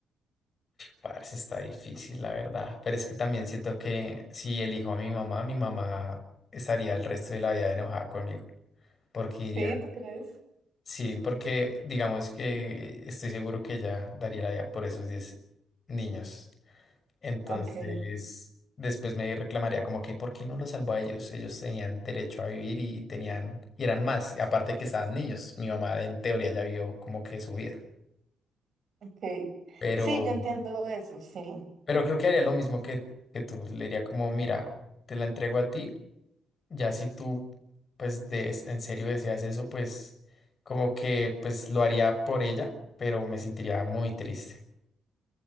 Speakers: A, on the left; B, on the right.
A: Parce, está difícil, la verdad. Pero es que también siento que si elijo a mi mamá, mi mamá estaría el resto de la vida enojada conmigo. Porque
B: Sí,
A: diría,
B: ¿tú crees?
A: sí, porque digamos que estoy seguro que ella daría la vida por esos diez niños. Entonces,
B: Ok,
A: después me reclamaría como que, ¿por qué no los salvó a ellos? Ellos tenían derecho a vivir y tenían, y eran más. Y aparte que estaban niños, mi mamá en teoría ya vio como que su vida.
B: ok.
A: Pero...
B: Sí, yo entiendo eso, sí.
A: Pero creo que haría lo mismo que, que tú. Le diría como, mira, te la entrego a ti. Ya si tú, pues, des- en serio deseas eso, pues, como que, pues, lo haría por ella, pero me sentiría muy triste.